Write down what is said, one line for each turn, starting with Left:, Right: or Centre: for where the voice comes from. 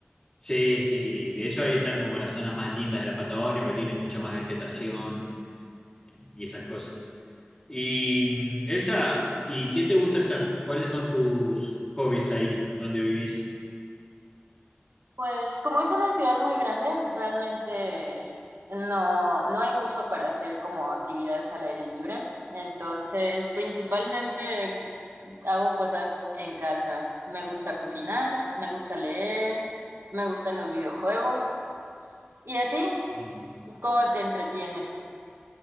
Left: Sí, sí. De hecho, ahí están como las zonas más lindas de la Patagonia, porque tiene mucha más vegetación y esas cosas. Y mm, Elsa, ¿y qué te gusta hacer? ¿Cuáles son tus hobbies ahí donde vivís?
Right: Pues como es una ciudad muy grande, realmente no, no hay mucho para hacer como actividades al aire libre. Entonces, principalmente hago cosas en casa. Me gusta cocinar, me gusta leer, me gustan los videojuegos. ¿Y a ti?
Left: Mm.
Right: ¿Cómo te entretienes?